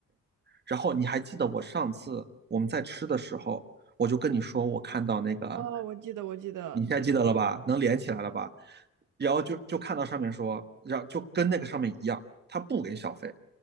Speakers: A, on the right; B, on the right.
A: 然后你还记得我上次我们在吃的时候，我就跟你说我看到那个，
B: 啊，我记得，我记得，
A: 你现在记得了吧？能连起来了吧？然后就就看到上面说，然后就跟那个上面一样，他不给小费，